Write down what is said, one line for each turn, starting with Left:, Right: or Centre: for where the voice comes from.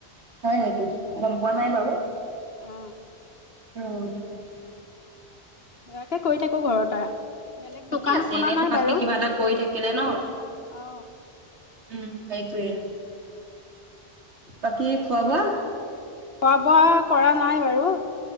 Right: হয় নেটো, এইটোত গম পোৱা নাই বাৰু।
Left: অ
Right: উম <inaudible>
Left: ইয়াকে কৈ থাকো ঘৰতে বেলেগ
Right: ঠিকে
Left: দোকান
Right: আছে
Left: খোলা
Right: এনেই
Left: নাই
Right: থকাতকে
Left: বাৰু
Right: কিবা এটা কৰি থাকিলে ন।
Left: অ
Right: উম সেইটোৱে। বাকী এই খোৱা বোৱা
Left: খোৱা বোৱা কৰা নাই বাৰু